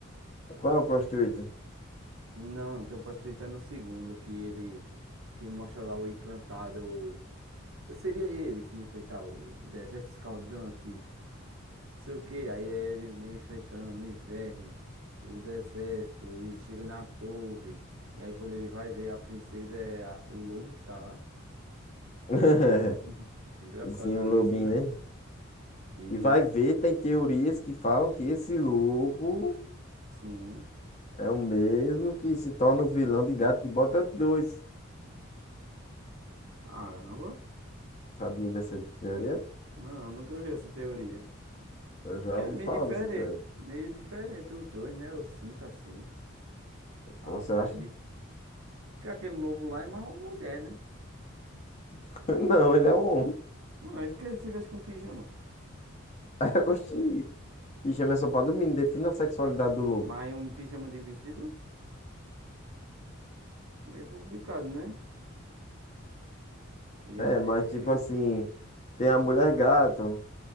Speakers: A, on the left; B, on the right.
A: Qual é a prostituta?
B: Não, tem um plot Twitter no segundo, que ele que mostra lá o encantado. Seria ele que ia enfrentar o o deserto escaldante, não sei o que Aí é ele meio enfrentando o inverno, o deserto, e chega na torre. E aí quando ele vai ver a princesa é a- o lobo que tá lá.
A: <laughs>
B: <laughs> É engraçado
A: Sim, o lobinho,
B: isso, né?
A: né?
B: E
A: E vai ver, tem teorias que falam que esse lobo
B: assim,
A: é o mesmo que se torna o vilão de Gato de Bota 2.
B: caramba.
A: Sabia dessa teoria?
B: Não, nunca vi essa teoria.
A: Eu já
B: Que
A: ouvi
B: é meio
A: falar
B: diferente.
A: dessa teoria.
B: Meio diferente os dois, né? Eu sinto assim.
A: Então,
B: A
A: Você
B: vibe.
A: acha?
B: Porque aquele lobo lá é mais uma mulher, né?
A: <laughs> Não, ele é um homem.
B: Não, é porque ele tivesse com pijama.
A: <laughs> Oxi, pijama é só pra dormir, defina a sexualidade do lobo.
B: Mas um pijama de vestido, meio complicado, né? E
A: É,
B: aí.
A: mas tipo assim, tem a mulher gato.